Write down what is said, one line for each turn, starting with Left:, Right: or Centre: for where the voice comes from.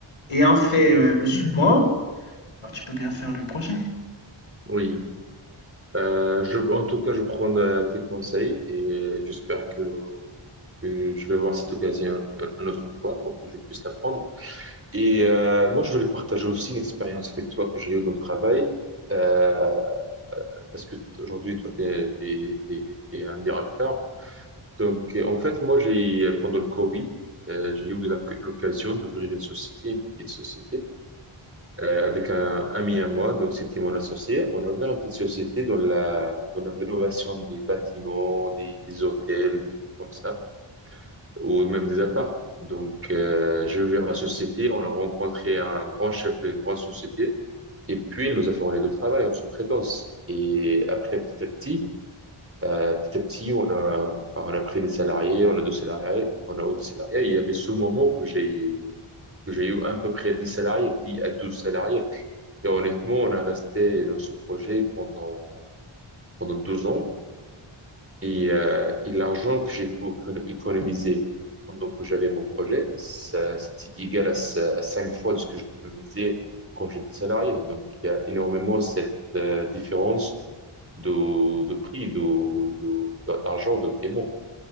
Left: ayant fait
Right: Mhm.
Left: euh, le support. Alors, tu peux bien faire le projet.
Right: Oui. Euh, je, en tout cas, je prends euh, tes conseils et j'espère que, que je vais voir cette occasion euh, une autre fois pour que je puisse la prendre. Et euh, moi, je voulais partager aussi une expérience avec toi que j'ai eue dans le travail euh, parce que t- aujourd'hui, toi, t'es, t'es, t'es, t'es un directeur. Donc, euh, en fait, moi, j'ai euh, pendant le Covid, euh, j'ai eu la- l'occasion d'ouvrir une société, une petite société. euh, avec un ami à moi, donc c'était mon associé. On a ouvert une petite société dans la, dans la rénovation des bâtiments, des, des hôtels, des trucs comme ça, ou même des apparts. Donc, euh, j'ai ouvert la société, on a rencontré un grand chef d'une grande société, et puis il nous a fait relais de travail en sous-traitance. Et après, petit à petit, euh, petit à petit, on a, on a pris des salariés, on a deux salariés, on a deux salariés. Et il y avait ce moment que j'ai que j'ai eu à peu près 10 salariés, 10 à 12 salariés. Et honnêtement, on a resté dans ce projet pendant pendant deux ans. Et, euh, et l'argent que j'ai pu éco- économiser pendant que j'avais mon projet, ça, c'était égal à, ça- à cinq fois de ce que j'économisais quand j'étais salarié. Donc, il y a énormément cette euh, différence de, de prix, de, de- d'argent, de paiement.